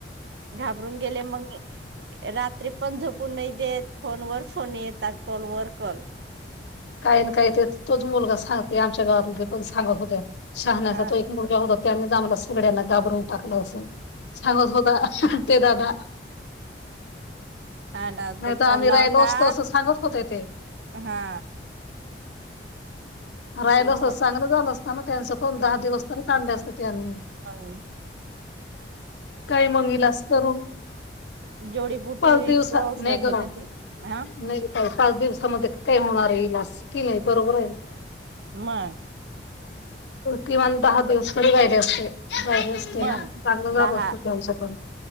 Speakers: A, on the right; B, on the left.
A: घाबरून गेले मगं. रात्री पण झोपून नाही देत, फोनवर फोन येतात कॉलवर कॉल.
B: काही ना काय ते तोच मुलगा सांगते, आमच्या गावात ते पण सांगत होते शहाण्याचा
A: हा
B: तो एक मुलं. हो, त्यानीज आम्हा सगड्यांना घाबरून टाकलं असलं. सांगत होता, ते दादा
A: हां, ना
B: नाही
A: ते
B: तर
A: फोन
B: आम्ही
A: लावतात.
B: राहिलो असतो असं सांगत होते ते
A: हा.
B: राहिल
A: ते मग
B: असत चांगलं झालं असत, त्यांनचं पण दहा दिवस तरी काढले असतं त्यांनी.
A: हं.
B: काय मग इलाज करून.
A: जोडीबुटीचे
B: पलते
A: औषध
B: <unintelligible>
A: होत ते हा
B: पाच दिवसामध्ये काय होणार ये, इलाज की नाही बरोबर आहे.
A: मंग.
B: किमान दहा दिवस तरी राहिले असते, बरं
A: मग
B: चांगलं झालं
A: दहा
B: असत‌, त्यांनचं करून.